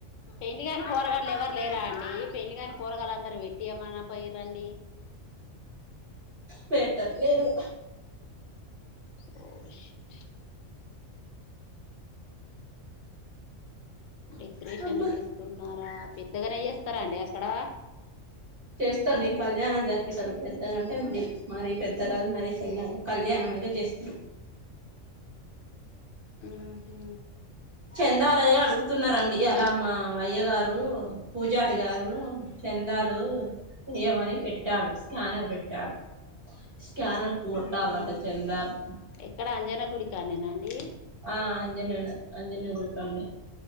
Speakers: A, on the left; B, on the right.
A: పెండ్లి కానీ పోరగాళ్లు ఎవరు లేరా అండి పెళ్లి కానీ పోరగాయలు అందరూ పెట్టి ఏమన్నా పోయ రండి
B: పెట్టట్లేరు
A: ఓ షట్ డెకరేషన్లు
B: అమ్మ
A: చేస్తున్నారా పెద్దగానే చేస్తారా అండి అక్కడ
B: చేస్తుం కళ్యాణం జరిపిస్తారు పెద్దగాంటే మిడిల్ మరీ పెద్ద కాదు మరీ చిన్నగా కా కళ్యాణం అయితే చేస్తారు
A: ఊహు
B: చెందాల అడుగుతున్నారండి
A: పెద్ద ఎత్తున
B: అలా మా అయ్యగారు గు పూజారి గారు చందాలు ఏమని పెట్ పెట్టాడు స్కానర్ పెట్టాడు స్కేనర్కి కొట్టానంట
A: ఊహు
B: చందాలు
A: ఎక్కడ అంజన గుడి కానేనా అండి
B: ఆ అంజన్నను అంజన్న గుడికాడ్నే